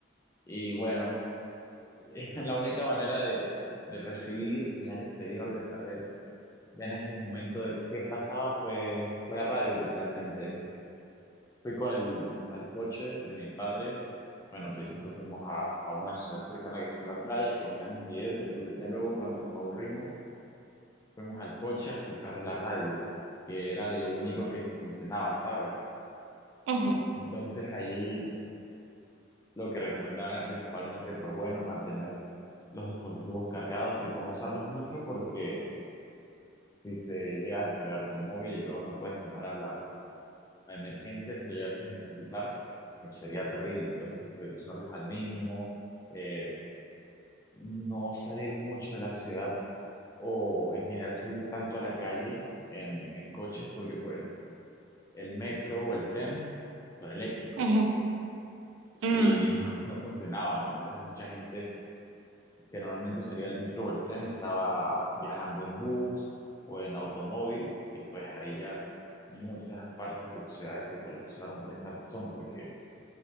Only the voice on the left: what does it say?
Y bueno, <laughs> la única manera de, de recibir señal exterior, de saber Ya en ese momento de qué pasaba fue, fue la radio, literalmente. Eh, Fui con el al coche de mi padre. Bueno, en principio fuimos a, a una ciudad cercana que está en la playa, caminamos y eso. pero Ya luego, cuando nos aburrimos, fuimos al coche a escuchar la radio, que era lo único que funcionaba, ¿sabes?
Entonces ahí lo que recomendaba era principalmente, pues bueno, mantener los dispositivos cargados y no usarlos mucho porque si se llega a descargar tu móvil y luego no puedes llamar a la a emergencias que llegas a necesitar, pues sería terrible. Entonces, pues, usarlos al mínimo, eh, no salir mucho de la ciudad o en general salir tanto a la calle en, en coches, porque pues el metro o el tren son eléctricos
y <laughs> no, no funcionaban. Entonces, mucha gente que normalmente usaría el metro o el tren estaba viajando en bus o en automóvil y pues ahí ya... Muchas partes de las ciudades se colapsaron por esta razón, porque